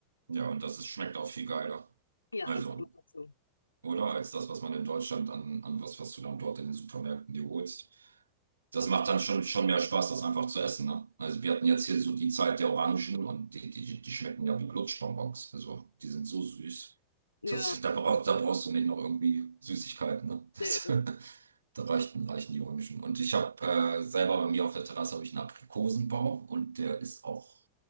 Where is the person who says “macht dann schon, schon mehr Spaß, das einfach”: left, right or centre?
Right